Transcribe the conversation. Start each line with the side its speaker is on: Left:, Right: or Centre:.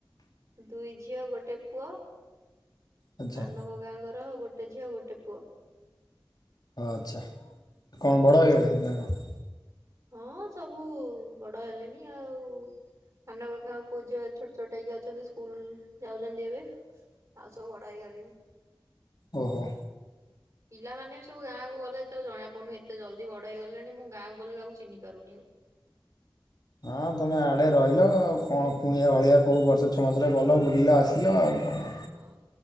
Right: ଦୁଇ ଝିଅ ଗୋଟେ ପୁଅ।
Left: ଆଚ୍ଛା
Right: ସାନ କକାଙ୍କର ଗୋଟେ ଝିଅ ଗୋଟେ ପୁଅ।
Left: ଆଚ୍ଛା କଣ ବଡ଼ ହୋଇଗଲେଣି ନା କଣ?
Right: ହଁ ସବୁ ବଡ ହେଲେଣି ଆଉ ସାନ କକାଙ୍କ ପୁଅ ଝିଅ ଛୋଟ ଛୋଟ ହେଇକି ଅଛନ୍ତି ସ୍କୁଲ ଯାଉଚନ୍ତି ଏବେ। ଆଉ ସବୁ ବଡ ହେଇଗଲେଣି।
Left: ଓହୋ।
Right: ପିଲାମାନେ ସବୁ ଗାଁକୁ ଗଲେ ସେତେ ଜଣା ପଡୁନି ଏତେ ଜଲଦି ବଡ ହେଇଗଲେଣି ମୁଁ ଗାଁକୁ ଗଲେ କାହାକୁ ଚିହ୍ନି ପାରୁନି ଆଉ
Left: ହଁ ତମେ ଆଡ଼େ ରହିଲ ଆଉ କଣ କୁଣିଆ ଭଳିଆ କୋଉ ବର୍ଷ ଛଅ ମାସରେ ଗଲ ବୁଲିଲ ଆସିଲ ଆଉ କଣ
Right: ହଁ